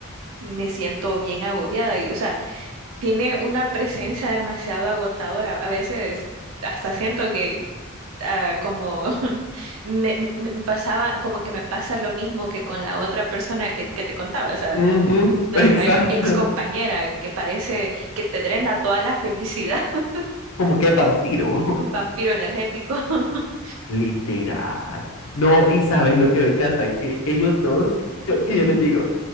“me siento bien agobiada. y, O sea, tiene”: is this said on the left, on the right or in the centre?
Right